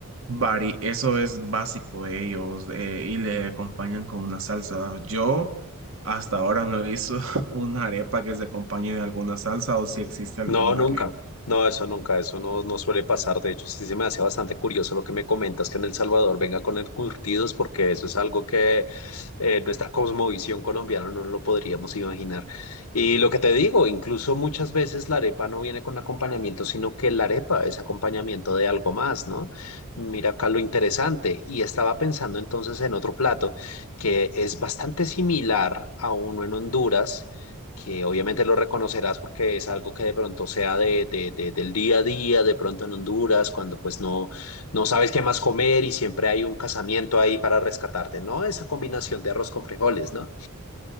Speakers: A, on the right; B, on the left.
A: Bari, eso es básico de ellos eh, y le acompañan con una salsa. Yo hasta ahora no he visto <laughs> una arepa que se acompañe de alguna salsa o si existe alguna
B: No, nunca.
A: que,
B: No, eso nunca, eso no, no suele pasar. De hecho, sí se me hace bastante curioso lo que me comentas que en El Salvador venga con el curtidos, porque eso es algo que eh, nuestra cosmovisión colombiana no lo podríamos imaginar. Y lo que te digo, incluso muchas veces la arepa no viene con acompañamiento, sino que la arepa es acompañamiento de algo más, ¿no? Mira acá lo interesante. Y estaba pensando entonces en otro plato que es bastante similar a uno en Honduras que obviamente lo reconocerás porque es algo que de pronto sea de, de- de- del día a día, de pronto en Honduras, cuando pues no, no sabes qué más comer y siempre hay un casamiento ahí para rescatarte, ¿no? Esa combinación de arroz con frijoles, ¿no?